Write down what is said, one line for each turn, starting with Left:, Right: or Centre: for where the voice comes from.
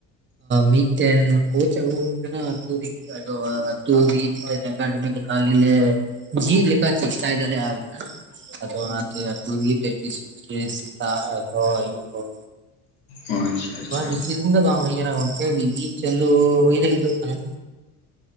Right: ᱢᱤᱫᱴᱮᱱ ᱠᱳᱪ ᱟᱹᱜᱩ ᱦᱩᱭ ᱠᱟᱱᱟ᱾ ᱟᱹᱛᱩ ᱨᱮᱜᱮ᱾ ᱟᱫᱚ <unintelligible> ᱞᱮᱠᱟ ᱡᱮ ᱞᱮᱠᱟ ᱪᱮᱥᱴᱟᱭ ᱫᱟᱞᱮ ᱟᱨᱠᱤ, ᱟᱫᱚ ᱟᱹᱛᱩ ᱨᱮᱜᱮ ᱯᱮᱠᱴᱤᱥ ᱦᱩᱭᱩᱜ ᱜᱮᱭᱟ᱾ ᱥᱮᱛᱟᱜ ᱦᱚᱸ ᱟᱭᱩᱵ ᱦᱚᱸ᱾
Left: ᱚ ᱟᱪᱪᱷᱟ ᱟᱪᱪᱷᱟ
Right: <unintelligible> ᱵᱤᱥᱤ ᱫᱤᱱ ᱫᱚ ᱵᱟᱝ ᱦᱳᱭ ᱟᱠᱟᱱᱟ ᱜᱚᱝᱠᱮ ᱢᱤ ᱢᱤᱫ ᱪᱟᱸᱫᱳ ᱦᱳᱭ ᱞᱟᱹᱜᱤ ᱫᱚᱜ ᱠᱟᱱᱟ᱾